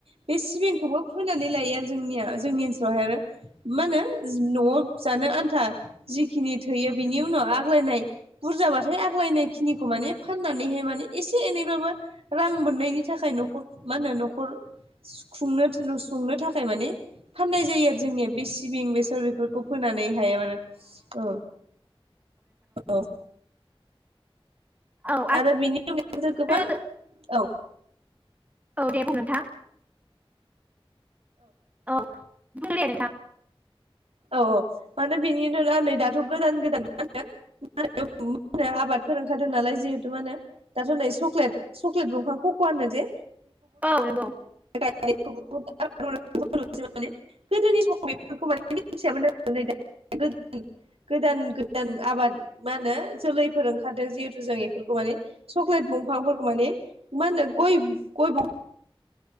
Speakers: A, on the right; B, on the right.
A: बे सिबिंखौबो फोनानै लायो आरो जोंनिया जोंनि ओनसोलावहाय आरो मा होनो न'आव जानो आन्था जिखिनि थैयो बिनि उनाव आग्लायनाय बुरजाबाथाय आग्लायनाय खिनिखौ माने फाननानैहाय मान एसे एनैब्लाबो रां मोननायनि थाखाय न'खर मा होनो न'खर खुंनो संनो थाखाय माने फाननाय जायो आरो जोंनिया बे सिबिं बेसर बेफोरखौ फोनानै थाया मान औ औ।
B: औ
A: आरो बेनि अनगायैबोथ'
B: आरो
A: गोबां औ
B: औ दे बुं नोंथां। औ बुंदे नोंथां।
A: औ औ माने बिनिनो नै दा दाथ' गोदान गोदान मा होनो मा होन मा होनो आबादफोर ओंखारदों नालाय जिहेथु मा होनो दाथ' नै सक्लेट सक्लेट दंफां कक'आ होनो जे
B: औ नंगौ।
A: मे गोदोनि समाव बेफोरखौ माने मिनथियामोन आरो <unintelligible> गोदान गोदान आबाद मा होनो जोलैफोर ओंखारदों जिहेथु जों बेफोरखौ माने चक्लेट बिंफांफोरखौ माने मा होनो गय गय